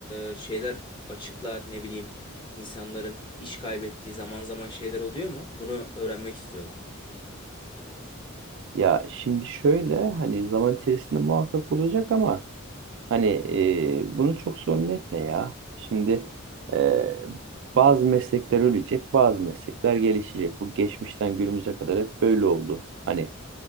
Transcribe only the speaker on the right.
Ya şimdi şöyle hani zaman içerisinde muhakkak olacak ama Hani e, bunu çok sorun etme ya. Şimdi e, bazı meslekler ölecek, bazı meslekler gelişecek. Bu geçmişten günümüze kadar hep böyle oldu. Hani